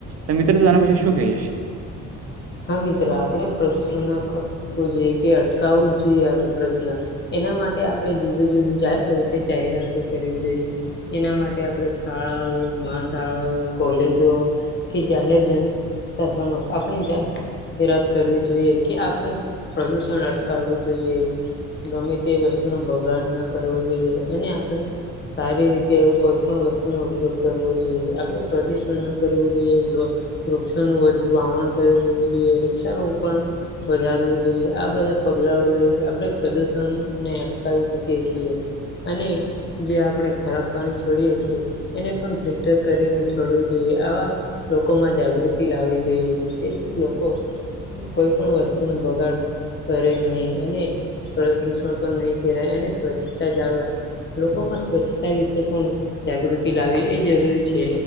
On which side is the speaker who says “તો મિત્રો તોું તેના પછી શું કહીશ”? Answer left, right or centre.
Right